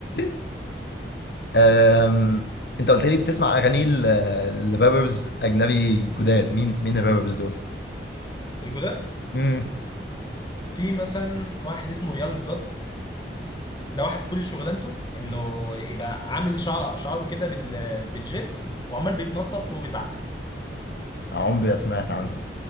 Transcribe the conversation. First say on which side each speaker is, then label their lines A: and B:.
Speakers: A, on the left; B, on the left.
A: <laughs> أم... انت قلت لي بتسمع اغاني ل- لرابرز اجنبي جداد مين مين الرابرز دول
B: الجداد
A: امم
B: في مثلا واحد اسمه يانج بلاد ده واحد كل شغلانته انه يبقى عامل شعر شعره كده بال بالجل وعمال بيتنطط وبيزعق
A: عمري ما سمعت عنه